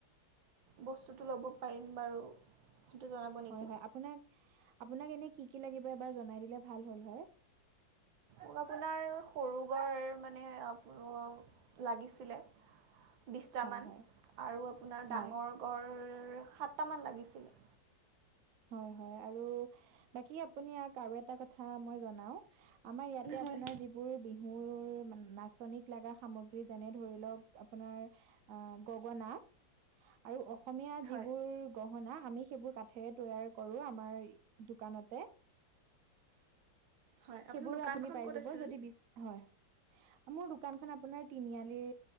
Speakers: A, on the right; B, on the right.
A: বস্তুটো ল'ব পাৰিম বাৰু। সেইটো জনাব নেকি
B: হয়, হয় আপোনাক আপোনাক এনে কি কি লাগিব এবাৰ জনাই দিলে ভাল হ'ল হৈ। <inaudible>
A: মোক আপোনাৰ সৰু গড় মানে আৰু লাগিছিলে। বিছটামান
B: হয় হয়
A: আৰু আপোনাৰ
B: হয়
A: ডাঙৰ গড় সাত তামান লাগিছিলে।
B: হয়, হয় আৰু বাকী আপুনি ইয়াক আৰু এটা কথা মই জনাওঁ আমাৰ ইয়াতে
A: হয়
B: আপোনাৰ যিবোৰ বহুৰ নাচনীক লগা সামগ্ৰী যেনে ধৰি লওক আপোনাৰ গগনা আৰু অসমীয়া যিবোৰ
A: হয়
B: গহনা আমি সেইবোৰ কাঠেৰে তৈয়াৰ কৰো আমাৰ দোকানতে।
A: হয় আপোনাৰ
B: সেইবোৰো
A: দোকানখন
B: আপুনি পাই
A: ক'ত
B: যাব
A: আছিল
B: যদি বি হয়। মোৰ দোকানখন আপোনাৰ তিনিআলিৰ